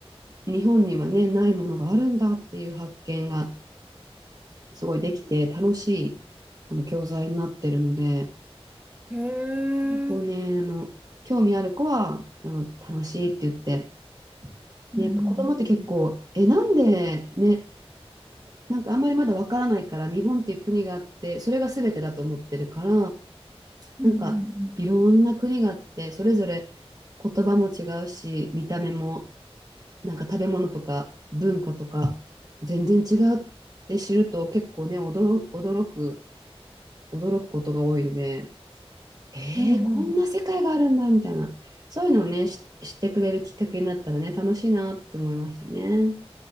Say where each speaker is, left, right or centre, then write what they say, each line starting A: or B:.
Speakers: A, on the right; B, on the right.
A: 日本にはね、ないものがあるんだっていう発見がすごいできて楽しいあの教材になってるので、
B: うん。へえ。
A: 結構ね、あの、興味ある子は、あの、楽しいって言って、
B: うんうんうん。
A: ね、やっぱ子供って結構、え、なんでね、なんかあんまりまだわからないから、日本っていう国があって、それが全てだと思ってるから、
B: うんうんうん。
A: なんかいろんな国があって、それぞれ言葉も違うし、見た目も、なんか食べ物とか文化とか、全然違うって知ると結構ね、驚、驚く、驚くことが多いので、えーこんな世界があるんだ、
B: うんうん。
A: みたいな。そういうのをね、し知ってくれるきっかけになったらね、楽しいなって思いましたね。